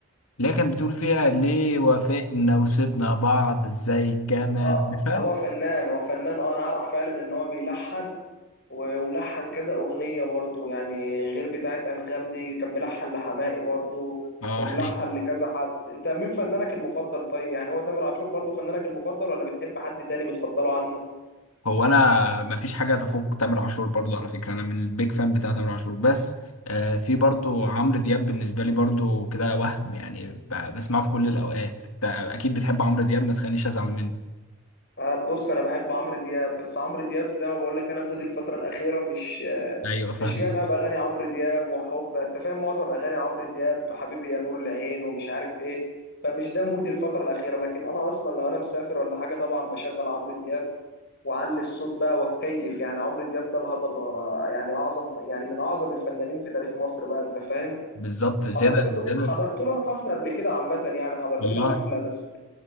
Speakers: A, on the left; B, on the left.
A: اللي هي كانت بتقول فيها ليه وافقنا وسيبنا بعض ازاي كمان
B: اه
A: عارفها
B: هو فنان هو فنان اه انا اعرف فعلا ان هو بيلحن و- وملحن كذا اغنيه برضو يعني غير بتاعت انغام دي كان بيلحن لحماقي برضو
A: اه
B: وملحن لكذا حد انت مين فنانك المفضل طيب يعني هو تامر عاشور برضو فنانك المفضل ولا بتحب حد تاني بتفضله عنه
A: هو انا مفيش حاجه تفوق تامر عاشور برضو على فكره انا من البيج فان بتاع تامر عاشور بس آه في برضو عمرو دياب بالنسبه لي برضو كده وهم يعني ب- بسمعه في كل الاوقات انت اكيد بتحب عمرو دياب ما تخلينيش ازعل منه
B: آه، بص انا بحب عمرو دياب بس عمرو دياب زي ما بقول لك انا مودي الفتره الاخيره مش آه،
A: ايوه فاهم
B: مش جاي بقى باغاني عمرو دياب وحب انت فاهم معظم اغاني عمرو دياب حبيبي يا نور العين ومش عارف ايه فمش ده مودي الفتره الاخيره لكن انا اصلا لو انا مسافر ولا حاجه طبعا بشغل عمرو دياب واعلي الصوت بقى واتكيف يعني عمرو دياب ده الهضبه يعني اعظم يعني من اعظم الفنانين في تاريخ مصر بقى انت فاهم
A: بالظبط زياده
B: حضرت
A: زياده
B: له حضرت له انا حفله قبل كده عامه يعني حضرت
A: والله
B: له حفله بس